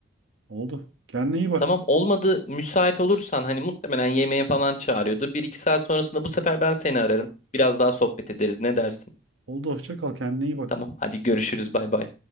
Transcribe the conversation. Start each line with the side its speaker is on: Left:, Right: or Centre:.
Right: Oldu. Kendine iyi bak.
Left: Tamam olmadı müsait olursan hani muhtemelen yemeğe falan çağırıyordur. Bir iki saat sonrasında bu sefer ben seni ararım. Biraz daha sohbet ederiz ne dersin?
Right: Oldu. Hoşça kal. Kendine iyi bak.
Left: Tamam hadi görüşürüz bay bay.